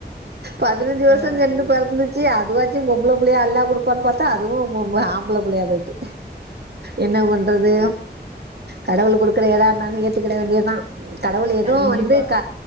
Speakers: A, on the right; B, on the right.
A: பதினஞ்சு
B: என்ன
A: வருஷ
B: பண்றது?
A: செண்டு பெறந்துச்சு அது அதுவாச்சு பொம்பள புள்ளையா அல்லா குடுப்பான் பாத்தா அதுவு பொ ஆம்பள புள்ளையா போயிட்டு என்ன பண்றது
B: அ
A: கடவுள் குடுக்குற எதாருந்தாலு ஏத்துக்குட வேண்டியதா கடவுள் எதுவு
B: கண்டிப்பா.
A: வந்து க